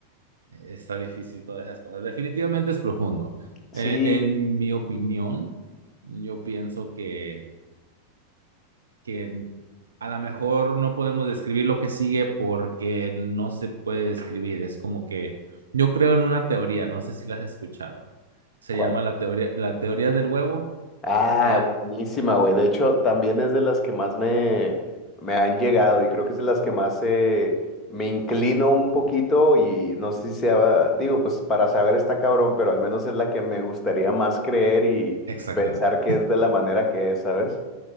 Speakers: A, on the right (about 70°); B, on the left (about 20°).
A: está difícil todas esas cosas. Definitivamente es profundo.
B: Sí.
A: Eh, en mi opinión, yo pienso que, que a lo mejor no podemos describir lo que sigue porque no se puede describir. Es como que yo creo en una teoría, no sé si la has escuchado. Se
B: ¿Cuál?
A: llama la teoría, la teoría del huevo.
B: Ah,
A: Ella-
B: buenísima, güey. De hecho, también es de las que más me, me han llegado y creo que es de las que más eh, me inclino un poquito y no sé si sea, digo, pues para saber está cabrón, pero al menos es la que me gustaría más creer y
A: Exactamente.
B: pensar que es de la manera que es, ¿sabes?